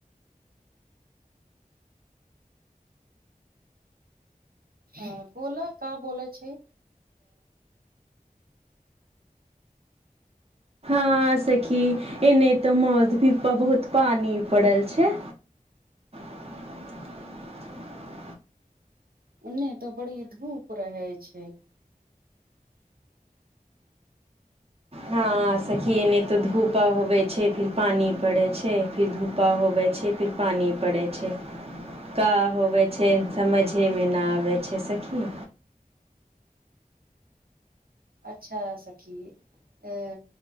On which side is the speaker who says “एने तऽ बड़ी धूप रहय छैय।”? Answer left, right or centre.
Right